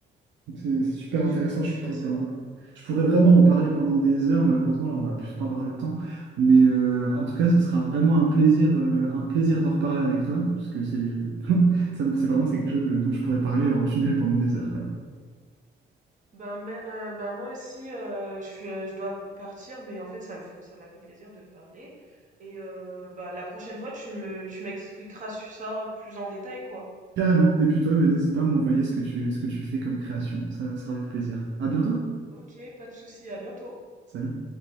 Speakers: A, on the right (about 65°); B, on the right (about 40°).
A: Donc, C'est c'est super
B: Oui,
A: intéressant.
B: je suis,
A: Je
B: je suis
A: pourrais,
B: assez
A: ouais.
B: d'accord.
A: je pourrais vraiment en parler pendant des heures. Malheureusement, là, on va plus trop avoir le temps. Mais euh, en tout cas, ce sera vraiment un plaisir, euh, un plaisir d'en reparler avec toi, parce que c'est, <laughs> ça me- c'est vraiment c'est quelque chose euh, dont je pourrais parler en tunnel pendant des heures, quoi.
B: Ben, mais- euh, ben moi aussi, euh, je suis, euh, je dois partir, mais en fait, ça me, f- ça m'a fait plaisir de te parler. Et euh, ben, la prochaine fois, tu me, tu m'expliqueras ça plus en détail, quoi.
A: Carrément. Et puis toi, ben, n'hésite pas à m'envoyer ce que tu, ce que tu fais comme création. Ça ça sera avec plaisir. À bientôt.
B: Ok, pas de souci, à bientôt.
A: Salut.